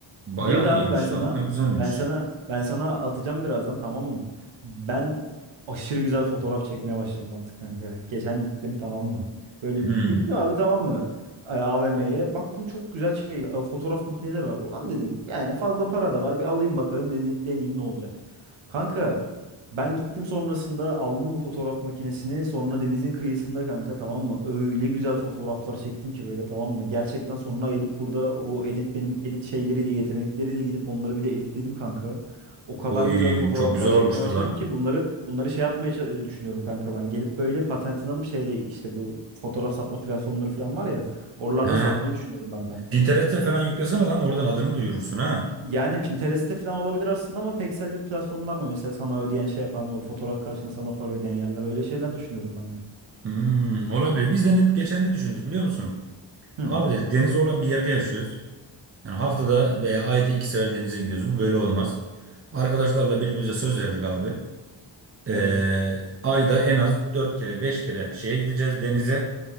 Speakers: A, on the right; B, on the right.
A: Bayağı
B: Bir de abi
A: iyiymiş
B: ben sana
A: lan. Ha, güzelmiş.
B: ben sana ben sana atacağım birazdan tamam mı? Ben aşırı güzel fotoğraf çekmeye başladım artık kanka. Geçen gittim tamam mı? Böyle
A: Hmm.
B: gittim abi tamam mı? A- AVM'ye baktım çok güzel şey a, fotoğraf makineleri var. Ulan dedim yani fazla para da var bir alayım bakalım dene- deneyeyim ne olacak. Kanka ben gittim sonrasında aldım bu fotoğraf makinesini. Sonra denizin kıyısında kanka tamam mı? Öyle güzel fotoğraflar çektim ki böyle tamam mı? Gerçekten sonra elip burada o edit benim edit şeyleri de yetenekleri de gidip onları bir de editledim kanka. O kadar
A: Oy
B: güzel fotoğraflar
A: çok güzel
B: çekmeye
A: olmuştur
B: başladım
A: lan.
B: ki bunları bunları şey yapmaya ça- düşünüyorum kanka ben. Gelip böyle patentini alıp şeyde işte bu fotoğraf satma platformları falan var ya. Oralarda
A: He.
B: satmayı düşünüyorum ben kanka.
A: Pinterest'e falan yüklesene lan oradan adını duyurursun ha.
B: Yani Pinterest'te falan olabilir aslında ama Pexel gibi platformlar mı? Mesela sana ödeyen şey yapan, o fotoğraf karşısında sana para ödeyen yerler. Öyle şeyler düşünüyorum ben de.
A: Hmm, olabilir. Biz de net geçen ne düşündük biliyor musun?
B: Hı,
A: Abi dedik deniz olan bir yerde yaşıyoruz. Yani haftada veya ayda iki sefer denize gidiyoruz. Bu böyle olmaz. Arkadaşlarla birbirimize söz verdik abi. Ee,
B: evet.
A: ayda en az dört kere beş kere şeye gideceğiz denize.